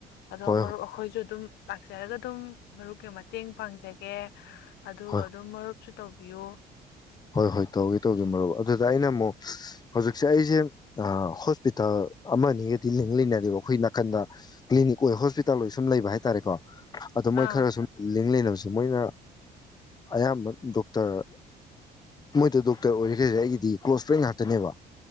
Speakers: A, on the left; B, on the left.
A: ꯑꯗꯣ
B: ꯍꯣꯏ
A: ꯃꯔꯨꯞ ꯑꯩꯈꯣꯏꯁꯨ ꯑꯗꯨꯝ ꯂꯥꯛꯆꯔꯒ ꯑꯗꯨꯝ ꯃꯔꯨꯞꯀꯤ ꯃꯇꯦꯡ ꯄꯥꯡꯖꯒꯦ ꯑꯗꯨ
B: ꯍꯣꯏ
A: ꯑꯗꯨꯝ ꯃꯔꯨꯞꯁꯨ ꯇꯧꯕꯤꯌꯣ
B: ꯍꯣꯏ ꯍꯣꯏ ꯇꯧꯒꯦ ꯇꯧꯖꯦ ꯃꯔꯨꯞ ꯑꯗꯨꯗ ꯑꯩꯅ ꯑꯃꯨꯛ ꯍꯧꯖꯤꯛꯁꯦ ꯑꯩꯁꯦ ꯑ ꯍꯣꯁꯄꯤꯇꯥꯜ ꯑꯃꯅꯤꯒꯗꯤ ꯂꯦꯡꯃꯤꯟꯅꯔꯤꯕ ꯈꯣꯢ ꯅꯥꯀꯟꯗ ꯀꯂꯤꯅꯤꯛ ꯑꯣꯏ ꯍꯣꯁꯄꯤꯇꯥꯜ ꯑꯣꯏ ꯂꯩꯕ ꯍꯥꯢꯇꯥꯔꯦꯀꯣ ꯑꯗꯣ ꯃꯣꯏ
A: ꯑꯥ
B: ꯈꯔ ꯁꯨꯝ ꯂꯤꯡ ꯂꯩꯅ ꯁ ꯃꯣꯏꯅ ꯑꯌꯥꯝꯕ ꯗꯣꯛꯇꯔ ꯃꯣꯏꯗ ꯗꯣꯛꯇꯔ ꯑꯣꯏꯔꯤꯈꯩꯁꯦ ꯑꯩꯒꯤꯗꯤ ꯀ꯭ꯂꯣꯁ ꯐ꯭ꯔꯦꯟ ꯉꯥꯛꯇꯅꯦꯕ